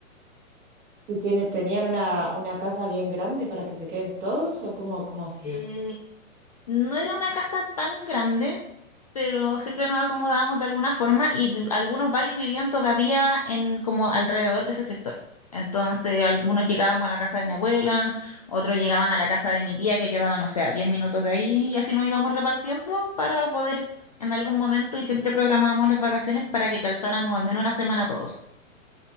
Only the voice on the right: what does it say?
¿Y tiene, tenían una, una casa bien grande para que se queden todos o cómo, cómo hacían?